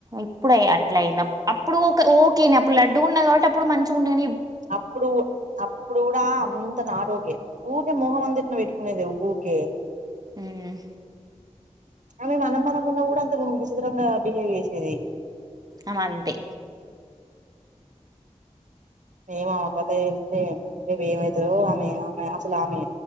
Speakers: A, on the right (about 30°); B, on the right (about 75°).
A: ఇప్పుడయ అట్ల అయింది అ అప్పుడు ఓకేని అప్పుడు లడ్డు గా ఉన్నది కాబట్టి అప్పుడు మంచిగా ఉండేని
B: అప్పుడు అప్పుడు కూడా అంత నాట్ ఒకే ఊకే మోహం అంత ఏ పెట్టుకునేదే ఊకే
A: ఉమ్
B: ఆమె మనం మనం ఉన్న కూడా అంత విచిత్రంగా బిహేవ్ చేసేది
A: అమ అంతే
B: ఏమో ఆమే కథ తెలిత్తే రేపు ఏమయి తదో ఆమె ఆమె అసలు ఆమె